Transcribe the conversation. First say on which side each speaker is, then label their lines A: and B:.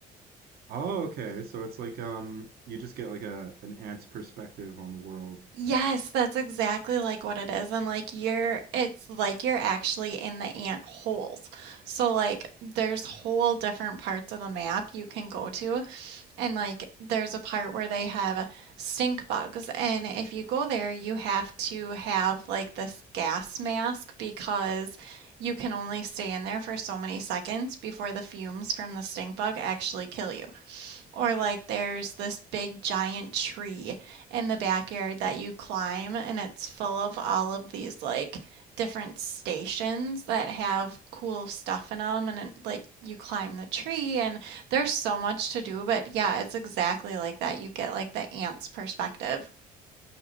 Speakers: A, on the right (about 65°); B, on the right (about 85°).
A: Oh, okay. So it's like um you just get like a an ant's perspective on the world.
B: Yes, that's exactly like what it is. And like you're, it's like you're actually in the ant holes. So like there's whole different parts of the map you can go to. And like there's a part where they have stink bugs. And if you go there, you have to have like this gas mask because you can only stay in there for so many seconds before the fumes from the stink bug actually kill you. Or like there's this big giant tree in the backyard that you climb and it's full of all of these like different stations that have cool stuff in them and it, like you climb the tree and there's so much to do, but yeah, it's exactly like that. You get like the ant's perspective.